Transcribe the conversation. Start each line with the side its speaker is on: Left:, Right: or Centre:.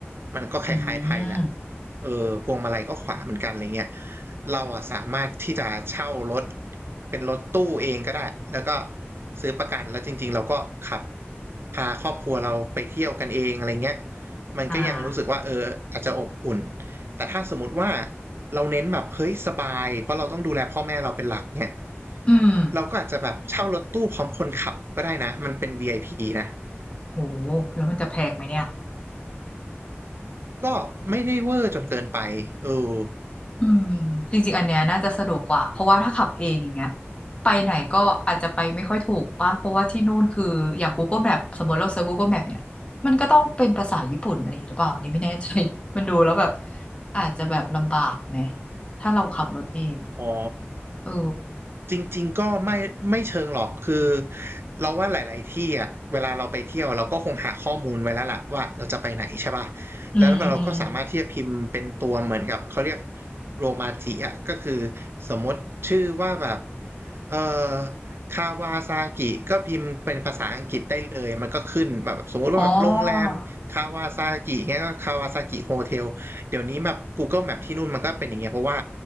Right: มันก็คล้ายๆไทยแหละ
Left: อืม
Right: เออพวงมาลัยก็ขวาเหมือนกันอะไรเงี้ยเราอ่ะสามารถที่จะเช่ารถเป็นรถตู้เองก็ได้แล้วก็ซื้อประกันแล้วจริงๆเราก็ขับพาครอบครัวเราไปเที่ยวกันเองอะไรเงี้ยมันก็ยังรู้สึกว่าเอออาจจะอบอุ่น
Left: อ่า
Right: แต่ถ้าสมมติว่าเราเน้นแบบเฮ้ยสบายเพราะเราต้องดูแลพ่อแม่เราเป็นหลักเนี่ย
Left: อืม
Right: เราก็อาจจะแบบเช่ารถตู้พร้อมคนขับก็ได้นะมันเป็น VIP นะ
Left: โหแล้วมันจะแพงไหมเนี่ย
Right: ก็ไม่ได้เวอร์จนเกินไปเออ
Left: อืมจริงๆอันเนี้ยน่าจะสะดวกกว่าเพราะว่าถ้าขับเองอย่างเงี้ยไปไหนก็อาจจะไปไม่ค่อยถูกป่ะเพราะว่าที่นู่นคืออย่าง Google Map สมมติเราเซิร์ช Google Map เนี่ยมันก็ต้องเป็นภาษาญี่ปุ่นอะไรอย่างงี้หรือเปล่าอันนี้ไม่แน่ใจ <laughs> มันดูแล้วแบบอาจจะแบบลำบากไหมถ้าเราขับรถเอง
Right: อ๋อ
Left: เออ
Right: จริงๆก็ไม่ไม่เชิงหรอกคือเราว่าหลายๆที่อ่ะเวลาเราไปเที่ยวเราก็คงหาข้อมูลไว้แล้วล่ะว่าเราจะไปไหนใช่ป่ะ
Left: อืมอืม
Right: แล้วเราก็สามารถที่จะพิมพ์เป็นตัวเหมือนกับเขาเรียกโรมาจิอ่ะก็คือสมมติชื่อว่าแบบเอ่อคาวาซากิก็พิมพ์เป็นภาษาอังกฤษได้เลยมันก็ขึ้นแบบสมมุติว่าแบบโรงแรมคาวาซากิเงี้ยก็คาวาซากิโฮเทล
Left: อ๋อ
Right: เดี๋ยวนี้แบบ Google Map ที่นู่นมันก็เป็นอย่างเงี้ยเพราะว่า